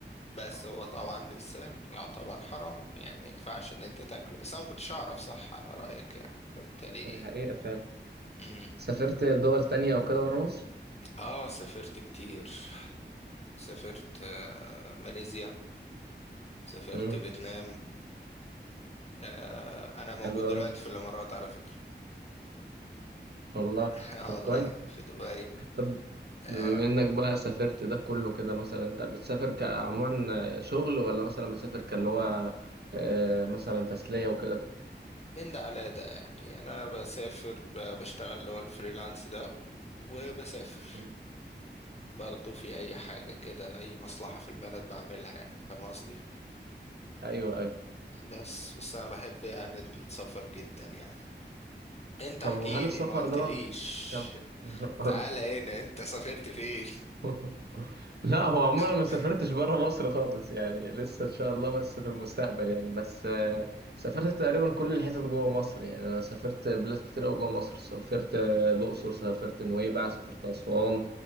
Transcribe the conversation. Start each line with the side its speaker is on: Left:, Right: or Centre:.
Left: بس هو طبعا لسه يعتبر حرام يعني ما ينفعش ان انت تاكله بس انا ما كنتش اعرف صح على رأيك يعني فبالتالي
Right: دي حقيقة فعلا
Left: امم
Right: سافرت دول تانية او كده برا مصر
Left: اه سافرت كتير سافرت آه، ماليزيا سافرت
Right: امم
Left: فيتنام آه، انا موجود
Right: حلو
Left: دلوقتي
Right: اوي
Left: في الامارات على فكرة
Right: والله
Left: <laughs> آه
Right: طب
Left: والله
Right: كويس
Left: في دبي
Right: طب
Left: آه،
Right: بما انك بقى سافرت ده كله كده مثلا انت بتسافر كعموما شغل ولا مثلا بتسافر كاللي هو آه، مثلا تسلية وكده
Left: من ده على ده يعني انا بسافر ب- بشتغل اللي هو الفريلانس ده وبسافر
Right: مم.
Left: برضه في اي حاجة كده اي مصلحة في البلد بعملها يعني فاهم قصدي
Right: ايوه ايوه
Left: بس بس انا بحب يعني السفر جدا يعني انت
Right: طب
Left: احكي
Right: وهل
Left: لي
Right: السفر
Left: ما قلتليش
Right: دوت كان <laughs>
Left: تعالى هنا انت سافرت فين
Right: قول لا هو عموما أنا ما
Left: <laughs>
Right: سافرتش بره مصر خالص يعني لسه ان شاء الله بس في المستقبل يعني بس آه، سافرت تقريبا كل الحتت جوه مصر يعني انا سافرت بلاد كتير قوي جوه مصر سافرت آه، الاقصر سافرت نويبع سافرت اسوان